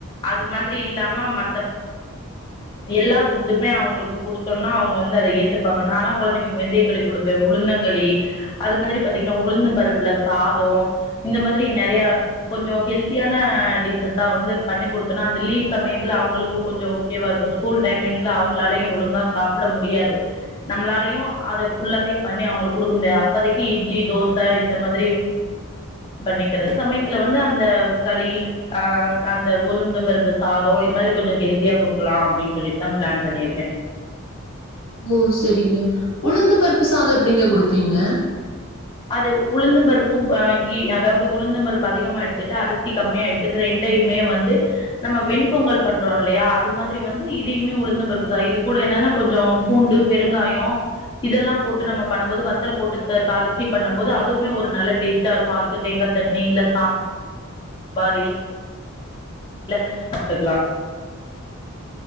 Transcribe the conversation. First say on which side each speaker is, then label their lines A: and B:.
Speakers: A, on the left (about 20°); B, on the left (about 85°).
A: அது மாதிரி இல்லாம மத் எல்லா ஃபுட்டுமே அவங்களுக்கு குடுத்தோம்னா அவுங்க வந்து அத ஏத்துப்பாங்க நான்லா கொழந்தைங்களுக்கு வெந்தயக்களி கொடுப்பே உளுந்தங்களி அது மாரி பாத்தீங்கன்னா உளுந்தம் பருப்புல சாதோ இந்த மாதிரி நெறைய கொஞ்சம் ஹெல்த்தியான டிஷ்ஸஸா வந்து பண்ணி கொடுத்தோம்னா அந்த லீவ் சமயத்துல அவங்களுக் ப்ப கொஞ்ச ஓகேவா இருக்கும் ஸ்கூல் டைமிங்ல அவங்களாலையும் ஒழுங்கா சாப்ட முடியாது நம்மளாலையும் அத ஃபுல்லாத்தையும் பண்ணி அவங்களுக்கு குடுக்க முடியாது அப்போதைக்கு இட்லி தோசை இந்த மாதிரி பண்ணிக்கிறது சமயத்துல வந்து அந்த களி அஹ் அந்த உளுந்தம் பருப்பு சாதோ இந்த மாரி கொஞ்சம் ஹெல்தியா குடுக்கலாம் அப்டின்னு சொல்லிட்டுதா பிளான் பண்ணிருக்கே
B: ஓ சரிங்க உளுந்தம் பருப்பு சாதோ எப்படிங்க குடுப்பீங்க
A: அது உளுந்து பருப்பும் ஆ இ அதாவது உளுந்தப் பருப்பு அதிகமா எடுத்துட்டு அரிசி கம்மியா எடுத்துட்டு ரெண்டயுமே வந்து நம்ம வெண்பொங்கல் பண்றோ இல்லையா அது மாதிரி வந்து இதையுமே உளுந்தம் பருப்பு சாதோ இது கூட என்னன்னா கொஞ்சோ பூண்டு பெருங்காயோ இதெல்லா போட்டு நம்ம பண்ணும்போது வத்தல் போட்டு த தாளிச் <unintelligible> பண்ணும் போது அதுவுமே ஒரு நல்ல டேஸ்ட்டா இருக்கு அதுக்கு தேங்கா சட்னி இல்ல சாம் பார் இல்ல சாப்டுக்லா